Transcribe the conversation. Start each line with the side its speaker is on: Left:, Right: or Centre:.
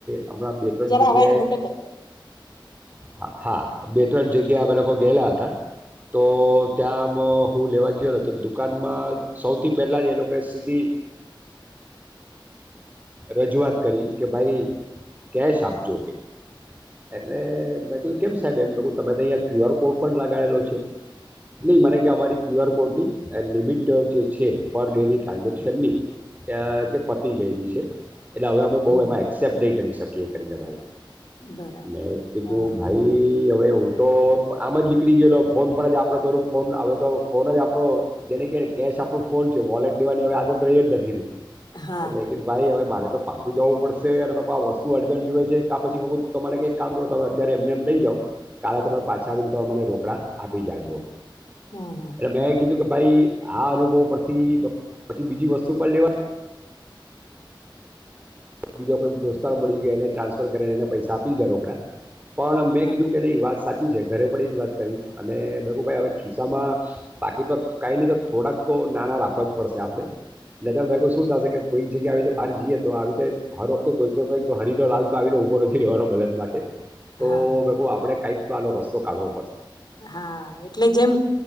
Right: હમણાં બે ત્રણ
Left: જરા
Right: જગ્યાએ
Left: અવાજ મોટો કર
Right: હા. હા બે ત્રણ જગ્યા અમે લોકો ગયેલા હતા. તો ત્યાં હું લેવા ગયો ન તો દુકાનમાં સૌથી પહેલા જ એ લોકો સ્થિ રજૂઆત કરી કે ભાઈ કેશ આપજો કે. એટલે મેં કીધુ કેમ સાહેબ એમ તમે તો અહીંયા ક્યુ આર કોડ પણ લગાડેલો છે નહી મને કે અમારી ક્યુ આર કોડ ની લિમિટ જે છે પર ડેની ટ્રાન્ઝેક્શનની ત કે પતી ગયેલી છે. એટલે હવે અમે
Left: હમ
Right: બહું એમાં એક્સેપ્ટ નહીં કરી શકીએ. કે કરીં દે ભાઈ.
Left: બરાબર
Right: મેં કીધું
Left: હા
Right: ભાઈ હવે હું તો આમ જ નીકળી ગયેલો ફોન પર જ આપડે થોડુંક ફોન હવે તો ફોન જ આપડો જેને ક ને કેશ આપણું ફોન છે વોલેટ લેવાની હવે આદત તો એ જ નથી રહી.
Left: હા
Right: મે કીધુ ભાઈ હવે ભારે તો પાછું જવું પડશે અને આ વસ્તુ અર્જન્ટ જોઈએ છે કે આ પછી મ તો મને કંઈક કામ કરો તમે અત્યારે એમને એમ લઈ જાવ કાલે તમે પાછા આવીને તમે મને રોકડા આપી જાજો.
Left: હમ
Right: એટલે મેં કીધું કે ભાઈ આ અનુભવ પરથી પછી બીજી વસ્તુ પણ લેવા બીજા કોઈ દોસ્તાર મળી ગયા એને ટ્રાન્સફર કરીને એને પૈસા આપી લીધા રોકડા. પણ મેં
Left: હા
Right: કીધું કે ન વાત સાચી છે ઘરે પણ જ વાત કરી અને મેંક ભાઈ હવે ખિસ્સામાં પાકીટમાં કાંઈ નહીં તો થોડાક તો નાણાં રાખવા જ પડશે આપણે ન તો મેંક શું થશે કે કોઈક જગ્યા આવી રીતે બહાર જઈએ તો આવી રીતે હર વખતે કોઈકઈ હરીનો લાલ તો આવીને ઉભો નથી રહેેવાનો મદદ માટે. તો
Left: હા
Right: ભઇ આપડે કઈક આનો રસ્તો કાઢો
Left: હા એટલે જેમ